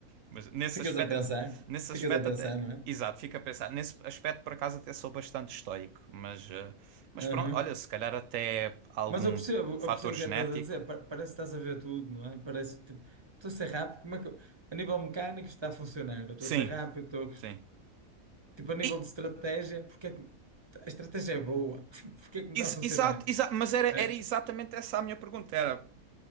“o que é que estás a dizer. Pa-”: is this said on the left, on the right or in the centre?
Right